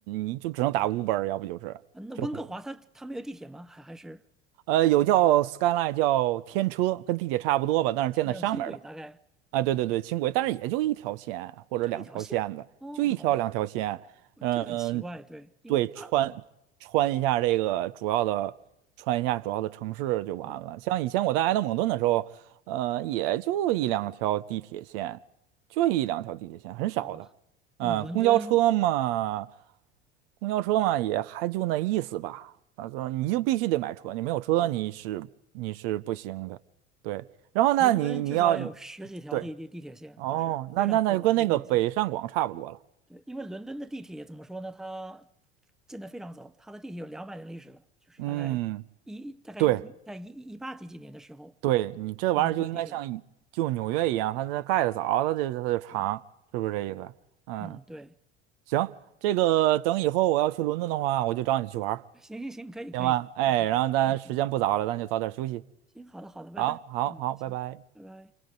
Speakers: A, on the right; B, in the centre.
A: 你就只能打 Uber，要不就是就是很
B: 啊那温哥华它它没有地铁吗？还还是
A: 呃有叫 Skyline 叫天车，跟地铁差不多吧，但是建在上面儿的。
B: 是那种轻轨，大概
A: 啊，对对对，轻轨，但是也就一条线或者两条线的，
B: 就一条线？哦，
A: 就一条两条线。
B: 好吧，哦这很奇怪，
A: 嗯，
B: 对，因为大。
A: 对，穿穿一下这个主要的，穿一下主要的城市就完了。
B: 哦，
A: 像以前我在埃德蒙顿的时候，呃，也就一两条地铁线，就一两条地铁线，很少的。
B: 好吧，那伦敦
A: 嗯，公交车嘛，公交车嘛，也还就那意思吧。他说你就必须得买车，你没有车你是你是不行的。
B: 好吧，
A: 对，然后呢，
B: 伦敦至少有十几条地地地铁线，
A: 你你要对。哦，
B: 就是非常复杂这地铁系统。
A: 那那那就跟那个北上广差不多了。
B: 对，因为伦敦的地铁怎么说呢？它建得非常早，它的地铁有两百年历史了，就是大概一大概一在一一八几几年的时候，
A: 嗯，对对，你这玩意儿就应该像一就纽约一样，
B: 伦敦就有地铁了。
A: 它它盖的早，它就它就长，
B: 对
A: 是不是这意思？
B: 对，
A: 嗯，
B: 嗯对，
A: 行，这个等以后我要去伦敦的话，我就找你去玩儿
B: 行行行，可以可以，
A: 行吗？
B: 好，
A: 哎，
B: 那挺好，
A: 然后咱时间不早了，
B: 嗯好，
A: 咱就早点休息。
B: 行，好的好的，拜拜，
A: 好，好，
B: 嗯行，
A: 好，拜拜。
B: 拜拜。